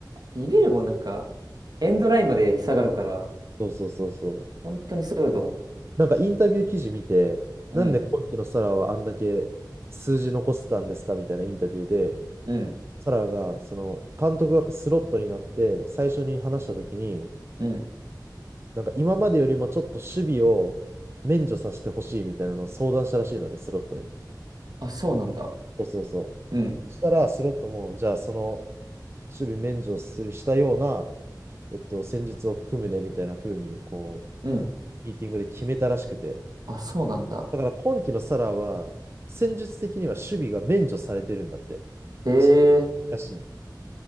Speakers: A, on the right (about 60°); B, on the right (about 35°).
A: ビビるもんなんか、エンドラインまで下がるから、
B: そうそうそうそう。
A: 本当にすごいと思
B: なんかインタビュー記事見て、なんで今期のサラーはあんだけ数字残せたんですかみたいなインタビューで、
A: う。うん、うん、
B: サラが、その、監督がスロットになって、最初に話したときに、
A: うん。
B: なんか今までよりもちょっと守備を免除させてほしいみたいなのを相談したらしいのね、スロットに。
A: あ、そうなんだ。
B: そうそうそう。
A: うん、
B: したら、スロットも、じゃあその、守備免除する、したような、えっと、戦術を組むね、みたいな風に、こ
A: うん。
B: う、ミーティングで決めたらしくて。
A: あ、そうなんだ。
B: だから今季のサラは、戦術的には守備が免除されてるんだって。
A: へえ。
B: しらしいの